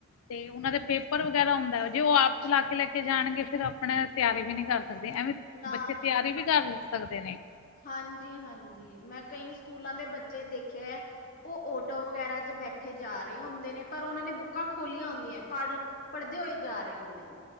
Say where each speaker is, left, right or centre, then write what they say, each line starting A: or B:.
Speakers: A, on the left; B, on the left.
A: ਤੇ ਉਹਨਾਂ ਦੇ ਪੇਪਰ ਵਗੈਰਾ ਹੁੰਦਾ ਜੇ ਉਹ ਆਪ ਚਲਾ ਕੇ ਲੈ ਜਾਣਗੇ ਫੇਰ ਆਪਣੇ ਤਿਆਰੀ ਵੀ ਨੀ ਕਰ ਸਕਦੇ, ਐਵੇਂ
B: ਨਾ
A: ਬੱਚੇ ਤਿਆਰੀ ਵੀ ਕਰ ਸਕਦੇ ਨੇ।
B: ਹਾਂਜੀ-ਹਾਂਜੀ, ਮੈਂ ਕਈ ਸਕੂਲਾਂ ਦੇ ਬੱਚੇ ਦੇਖੇ ਆ। ਉਹ ਆਟੋ ਵਗੈਰਾ 'ਚ ਬੈਠੇ ਜਾ ਰਹੇ ਹੁੰਦੇ ਨੇ, ਪਰ ਉਹਨਾਂ ਨੇ ਬੁੱਕਾਂ ਖੋਲੀਆਂ ਹੁੰਦੀਆਂ, ਪੜ ਪੜਦੇ ਹੋਏ ਜਾ ਰਹੇ ਹੁੰਦੇ।